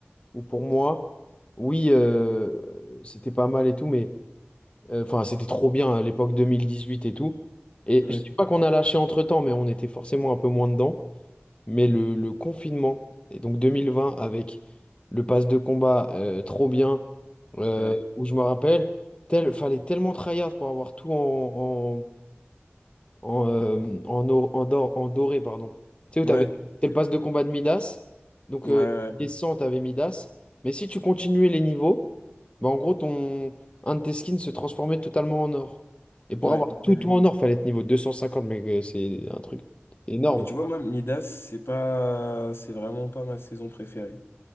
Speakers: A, on the left; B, on the left.
A: où pour moi, oui, euh, c'était pas mal et tout, mais. Euh, Enfin, c'était trop bien à l'époque 2018 et tout. Et
B: Ouais,
A: je dis pas qu'on a lâché entre-temps, mais on était forcément un peu moins dedans. Mais le, le confinement, et donc 2020 avec le pass de combat euh, trop bien, euh,
B: ouais,
A: où je me rappelle, tel, fallait tellement tryhard pour avoir tout en, en, euh, en, or- en dor- en doré, pardon. Tu sais où
B: ouais,
A: t'avais c'était le passe de combat de Midas. Donc,
B: ouais,
A: euh,
B: ouais,
A: les 100, t'avais Midas. Mais si tu continuais les niveaux, bah, en gros, ton, un de tes skins se transformait totalement en or. Et pour
B: ouais,
A: avoir tout,
B: ouais, ouais.
A: tout en or, fallait être niveau 250. mais euh, c'est un truc énorme,
B: Mais tu
A: tu
B: vois,
A: vois.
B: moi, Midas, c'est pas, c'est vraiment pas ma saison préférée.